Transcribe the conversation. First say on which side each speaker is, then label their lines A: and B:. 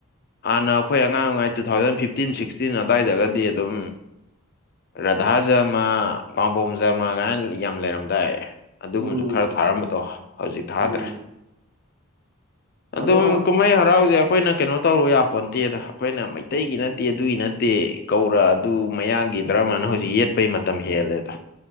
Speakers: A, on the left (about 45°); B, on the right (about 35°).
A: ꯍꯥꯟꯅ ꯑꯩꯈꯣꯏ ꯑꯉꯥꯡ ꯑꯣꯏꯉꯥꯏ ꯇꯨ ꯊꯥꯎꯖꯟ ꯐꯤꯐꯇꯤꯟ ꯁꯤꯛꯁꯇꯤꯟ ꯑꯗꯨꯋꯥꯏꯗꯒꯗꯤ ꯑꯗꯨꯝ ꯔꯥꯙꯥ ꯖꯔꯃ ꯄꯥꯝꯕꯣꯝ ꯖꯔꯃ ꯀꯥꯏꯅ ꯌꯥꯝ ꯂꯩꯔꯝꯗꯥꯏ ꯑꯗꯨꯒꯨꯝꯕꯁꯨ
B: ꯎꯝ
A: ꯈꯔ ꯊꯥꯔꯝꯕꯗꯣ ꯍꯧꯖꯤꯛ ꯊꯥꯗ꯭ꯔꯦ
B: ꯎꯝ
A: ꯑꯗꯨꯝ
B: ꯑꯗꯣ
A: ꯀꯨꯝꯍꯩ ꯍꯔꯥꯎꯁꯦ ꯑꯩꯈꯣꯏꯅ ꯀꯩꯅꯣ ꯇꯧꯔꯨ ꯌꯥꯄꯣꯟ ꯅꯠꯇꯦꯗ ꯑꯩꯈꯣꯏꯅ ꯃꯩꯇꯩꯒꯤ ꯅꯠꯇꯦ ꯑꯗꯨꯒꯤ ꯅꯠꯇꯦ ꯀꯧꯔ ꯑꯗꯨ ꯃꯌꯥꯡꯒꯤ ꯗꯔꯃꯅ ꯍꯧꯖꯤꯛ ꯌꯦ ꯌꯦꯦꯠꯄꯩ ꯃꯇꯝ ꯍꯦꯜꯂꯦꯗ